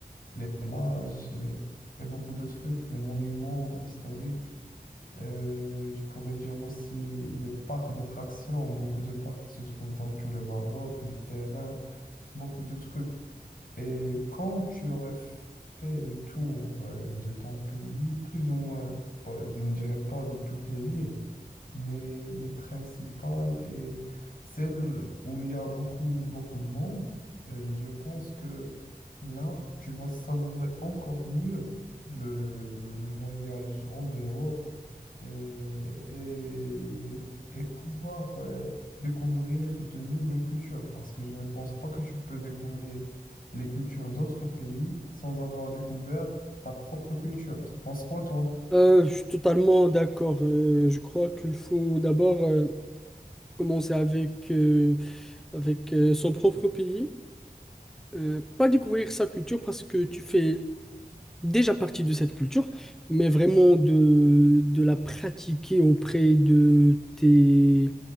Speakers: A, on the left; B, in the centre.
A: les plages euh, et beaucoup de trucs, les monuments historiques. Euh, je pourrais dire aussi les parcs d'attractions, beaucoup de parcs qui se trouvent dans tout le Maroc, les terrains, beaucoup de trucs. Et quand tu aurais f- fait le tour euh, de ton pays, plus ou moins, pas- je ne dirais pas de toutes les villes, mais les principales et celles où il y a beaucoup, beaucoup de monde, euh, je pense que là, tu vas savourer encore mieux le, le voyage en dehors et, et, et pouvoir euh, découvrir de nouvelles cultures, parce que je ne pense pas que tu peux découvrir les cultures d'autres pays sans avoir découvert ta propre culture. T'en penses quoi, toi?
B: Euh, je suis totalement d'accord. Euh, je crois qu'il faut d'abord euh, commencer avec, euh, avec euh, son propre pays. Euh, pas découvrir sa culture parce que tu fais déjà partie de cette culture, mais vraiment de, de la pratiquer auprès de tes,